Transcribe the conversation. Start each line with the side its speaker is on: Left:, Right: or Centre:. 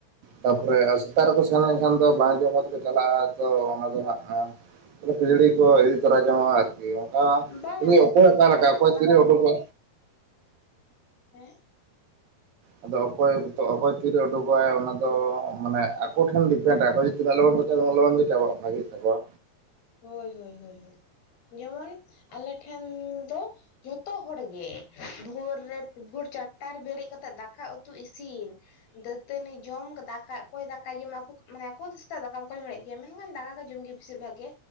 Right: ᱛᱟᱯᱚᱨᱮ
Left: ᱦᱩᱸ
Right: ᱥᱮᱛᱟᱜ ᱨᱮᱠᱚ ᱥᱮᱱ ᱞᱮᱱᱠᱷᱟᱱ ᱫᱚ ᱵᱟᱝ ᱡᱚᱢ ᱟᱛᱮᱠᱚ ᱪᱟᱞᱟᱜᱼᱟ ᱛᱚ ᱚᱱᱟ ᱫᱚ ᱦᱟᱸᱜ᱾ ᱠᱷᱟᱹᱡᱟᱹᱲᱤ ᱠᱚ ᱤᱫᱤ ᱛᱚᱨᱟ ᱡᱚᱸᱝᱜᱚᱜᱼᱟ ᱟᱨᱠᱤ ᱚᱱᱠᱟ
Left: ᱵᱟᱝᱟ
Right: ᱚᱠᱚᱭ ᱚᱠᱟᱞᱮᱠᱟ
Left: ᱟᱞᱮ ᱴᱷᱮᱱ
Right: ᱚᱠᱚᱭ
Left: ᱫᱚ ᱫᱟᱠᱟ
Right: ᱛᱤᱨᱮ ᱩᱰᱩᱠᱚᱜᱼᱟ᱾
Left: ᱩᱛᱩ ᱜᱮ ᱦᱮᱸ?
Right: ᱟᱫᱚ ᱚᱠᱚᱭ ᱚᱠᱚᱭ ᱛᱤᱨᱮ ᱩᱰᱩᱠᱚᱜᱟᱭ ᱚᱱᱟ ᱫᱚ ᱢᱟᱱᱮ ᱟᱠᱚ ᱴᱷᱮᱱ ᱰᱤᱯᱮᱱᱰᱼᱟ ᱟᱠᱚ ᱡᱩ ᱛᱤᱱᱟᱹᱜ ᱞᱚᱜᱚᱱ ᱠᱚ ᱪᱟᱞᱟᱜᱼᱟ ᱩᱱᱟᱹᱜ ᱞᱚᱜᱚᱱ ᱜᱮ ᱪᱟᱵᱟᱜᱼᱟ ᱵᱷᱟᱜᱤᱜ ᱛᱟᱠᱚᱣᱟ᱾
Left: ᱦᱳᱭ ᱦᱳᱭ ᱡᱮᱢᱚᱱ ᱟᱞᱮ ᱴᱷᱮᱱ ᱫᱚᱼᱼ ᱡᱷᱚᱛᱚ ᱦᱚᱲᱜᱮ ᱵᱷᱳᱨ ᱨᱮ ᱵᱷᱳᱨ ᱪᱟᱴᱴᱟ ᱨᱮ ᱵᱮᱨᱮᱜ ᱠᱟᱛᱮᱜ ᱫᱟᱠᱟ ᱩᱛᱩ ᱤᱥᱤᱱ ᱫᱟᱹᱛᱟᱹᱱᱤ ᱡᱚᱢ ᱫᱟᱠᱟ ᱚᱠᱚᱭ ᱫᱟᱠᱟᱭ ᱡᱚᱢᱟ ᱚᱠᱚ ᱢᱟᱱᱮ ᱚᱠᱚᱭ ᱫᱚ ᱥᱮᱛᱟᱜ ᱫᱟᱠᱟ ᱵᱟᱠᱚ ᱡᱚᱢ ᱫᱟᱲᱮᱜ ᱜᱮᱭᱟ ᱢᱮᱼᱼ ᱫᱟᱠᱟ ᱠᱚ ᱡᱚᱢ ᱜᱮᱭᱟ ᱵᱮᱥᱤᱨ ᱵᱷᱟᱜᱽ ᱜᱮ